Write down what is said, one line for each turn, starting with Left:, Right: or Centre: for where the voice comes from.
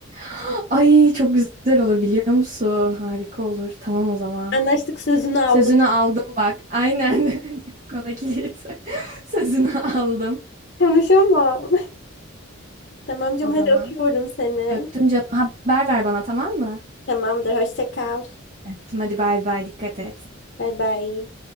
Right: <gasps> Ay çok güzel olur biliyor musun harika olur tamam o zaman
Left: Anlaştık sözünü aldım.
Right: sözünü aldım bak aynen <laughs> kola kilit <laughs> sözünü aldım
Left: Konuşamam. Tamam canım
Right: o zaman
Left: hadi öpüyorum seni.
Right: öptüm canım haber ver bana tamam mı?
Left: Tamamdır hoşça kal.
Right: Öptüm hadi bay bay dikkat et.
Left: Bay bay.